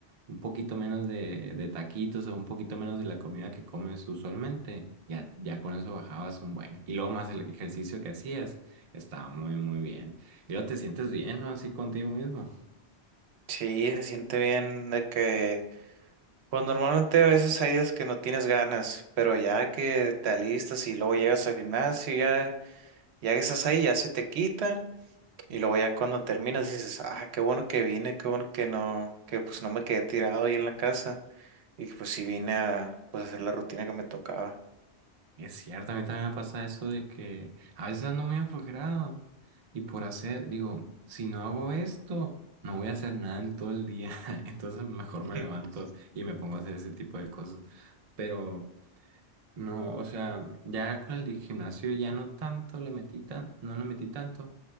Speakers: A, on the right; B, on the right.
A: un poquito menos de, de taquitos o un poquito menos de la comida que comes usualmente, ya, ya con eso bajabas un buen. Y luego más el ejercicio que hacías, estaba muy, muy bien. Y luego te sientes bien, ¿no? Así contigo mismo.
B: Sí, se siente bien de que, pues normalmente a veces hay días que no tienes ganas, pero ya que te alistas y luego llegas al gimnasio, ya, ya que estás ahí, ya se te quita y luego ya cuando terminas dices, ah, qué bueno que vine, qué bueno que no, que pues no me quedé tirado ahí en la casa y pues sí vine a pues, hacer la rutina que me tocaba.
A: Es cierto, a mí también me pasa eso de que a veces ando muy aflojerado y por hacer, digo, si no hago esto, no voy a hacer nada en todo el día. <laughs> Entonces mejor
B: <laughs>
A: me levanto y me pongo a hacer ese tipo de cosas. Pero... No, o sea, ya con el di- gimnasio ya no tanto le metí tan, no le metí tanto,